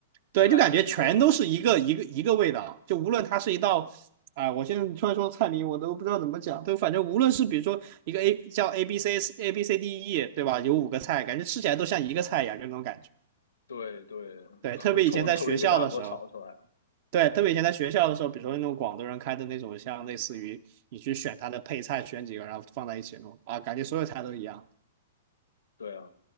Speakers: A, on the right; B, on the left.
A: 对，
B: 吃来吃去都是那样。
A: 就感觉全都是一个一个一个味道，就无论它是一道，啊、我现在突然说菜名，我都不知道怎么讲，就反正无论是比如说一个 A 叫 A B C A B C D E，对吧？有五个菜，感觉吃起来都像一个菜一样，就那种感觉。
B: 对对，
A: 对，
B: <laughs>
A: 特别以前在学校的时候，
B: 都都一个大锅炒出来。
A: 对，特别以前在学校的时候，比如说那种广东人开的那种，像类似于你去选它的配菜，选几个然后放在一起弄啊，感觉所有菜都一样。
B: 对啊，